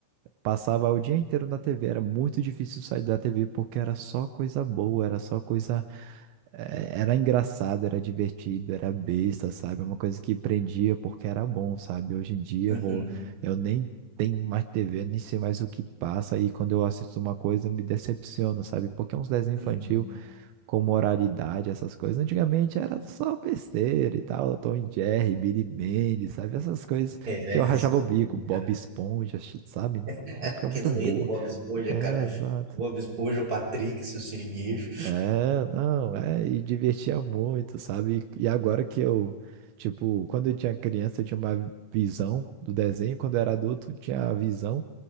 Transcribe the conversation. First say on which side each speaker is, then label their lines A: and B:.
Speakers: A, on the right; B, on the right.
A: Passava o dia inteiro na TV, era muito difícil sair da TV porque era só coisa boa, era só coisa. eh, Era engraçado, era divertido, era besta, sabe? Uma coisa que prendia porque era bom, sabe? Hoje em dia
B: Uhum,
A: eu vou... eu nem tenho mais TV, nem sei mais o que passa, e quando eu assisto uma coisa eu me decepciono, sabe? Porque é uns desenhos
B: uhum.
A: infantis com moralidade, essas coisas. Antigamente era só besteira e tal, Tom e Jerry, Billy Mendes, sabe? Essas coisas
B: Era
A: que
B: isso
A: eu rachava o bico,
B: mesmo,
A: Bob
B: cara.
A: Esponja, sabe?
B: <laughs>
A: Uma época
B: Aquilo
A: muito
B: não
A: boa.
B: ia com o Bob Esponja,
A: É,
B: cara.
A: exato.
B: O Bob Esponja, o Patrick, seu siriguejo.
A: É, não, é, e divertia muito, sabe? E agora que eu, tipo, quando eu tinha criança, eu tinha uma visão do desenho, quando eu era adulto, eu tinha a visão,